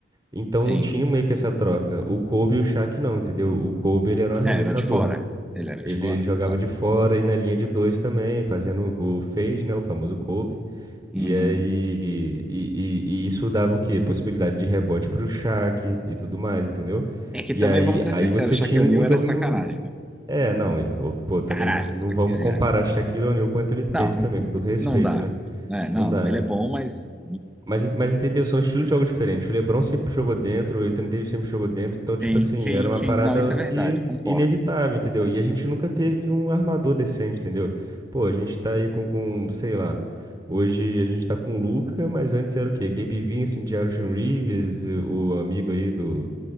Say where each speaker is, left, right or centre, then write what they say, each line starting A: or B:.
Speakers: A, on the right; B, in the centre.
A: Então
B: sim.
A: não tinha meio que essa troca. O Kobe e o Shaq não, entendeu? O Kobe, ele era um arremessador.
B: É, era de fora. Ele era
A: Ele,
B: de fora,
A: ele jogava
B: exato.
A: de fora e na linha de dois também, fazendo o o fade, né? O famoso Kobe.
B: Uhum.
A: E aí, e, e- e isso dava o quê? Possibilidade de rebote pro Shaq e tudo mais, entendeu?
B: É que
A: E
B: também,
A: aí,
B: vamos ser
A: aí
B: sinceros,
A: você
B: Shaquille
A: tinha um
B: O'Neal
A: um jogo,
B: era sacanagem, né?
A: é, não, e, ô, pô, também
B: Caralho,
A: não, não
B: sacanagem.
A: vamos comparar Shaquille O'Neal com Anthony
B: Não,
A: Davis também, com todo respeito,
B: não dá.
A: né?
B: É, não,
A: Não dá,
B: não, ele
A: né?
B: é bom, mas
A: Mas, en- mas entendeu? São estilos de jogo diferentes. O LeBron sempre jogou dentro, o Anthony Davis sempre jogou dentro, então, tipo
B: Sim,
A: assim,
B: sim,
A: era uma
B: sim.
A: parada
B: Não, isso é verdade,
A: que
B: concordo.
A: inevitável, entendeu? E a gente nunca teve um armador decente, entendeu? Pô, a gente tá aí com, com, sei lá, hoje a gente tá com o Luka, mas antes era o quê? Gabe Vincent, Jaron Reeves, e o amigo aí do.